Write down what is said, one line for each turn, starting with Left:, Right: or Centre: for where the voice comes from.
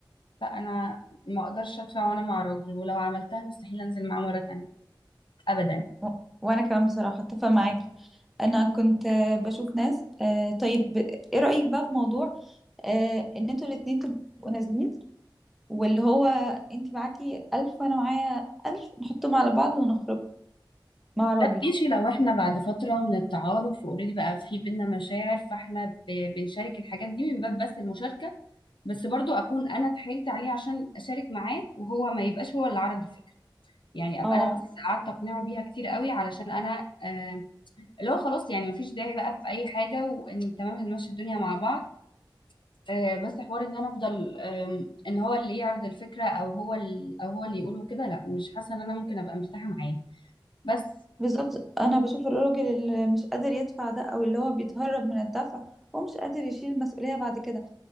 Left: لا انا ما اقدرش ادفع وانا مع راجل ولو عملتها مستحيل انزل معاه مره تانية ابدا
Centre: و- وانا كمان بصراحة اتفق معاكي انا كنت آه، بشوف ناس آه، طيب ب- ايه رأيك بقى في موضوع آه، ان انتوا الاتنين تبقوا نازلين واللي هو انت معاكي ألف وأنا معايا ألف نحطهم على بعض ونخرج مع راجل
Left: لا ماشي لو احنا بعد فتره من التعارف واوريدي بقى في بينا مشاعر فاحنا ب- بنشارك الحاجات دي من باب بس المشاركه بس برضو اكون انا اتحايلت عليه عشان اشارك معاه وهو ما يبقاش هو اللي عرض الفكره يعني ابقى
Centre: اه
Left: انا بس قعدت اقنعه بيها كتير قوي علشان انا آه اللي هو خلاص يعني مفيش داعي بقى في اي حاجه وان تمام هنمشي الدنيا مع بعض آه، بس حوار ان انا افضل آم، ان هو اللي يعرض الفكره او هو ال- او هو اللي يقوله كده لا مش حاسه ان انا ممكن ابقى مرتاحه معاه بس
Centre: بالظبط أنا بشوف الراجل اللي مش قادر يدفع ده أو اللي هو بيتهرب من الدفع هو مش قادر يشيل المسؤولية بعد كده